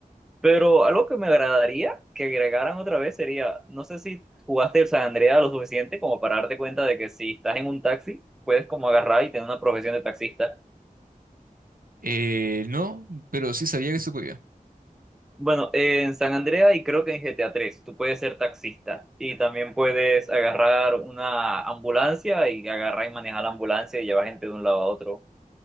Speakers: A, in the centre; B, on the right.
A: Pero algo que me agradaría que agregaran otra vez sería, no sé si jugaste el San Andreas lo suficiente como para darte cuenta de que si estás en un taxi, puedes como agarrar y tener una profesión de taxista.
B: Eh, no, pero sí sabía que se podía.
A: Bueno, eh, en San Andreas y creo que en GTA 3, tú puedes ser taxista y también puedes agarrar una ambulancia y agarrar y manejar la ambulancia y llevar gente de un lado a otro.